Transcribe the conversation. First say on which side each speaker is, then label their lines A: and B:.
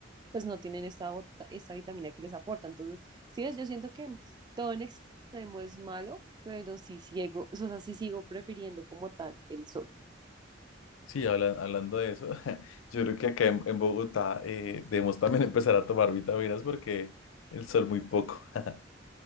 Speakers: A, on the right; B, on the left.
A: pues no tienen esta, bota- esta vitamina que les aporta. Entonces, sí ves, yo siento que todo en extremo es malo, pero sí ciego, o sea, sí sigo prefiriendo como tal el sol.
B: Sí, hablan- hablando de eso, <laughs> yo creo que acá en, en Bogotá eh, debemos también <laughs> empezar a tomar vitaminas porque el sol muy poco. <laughs>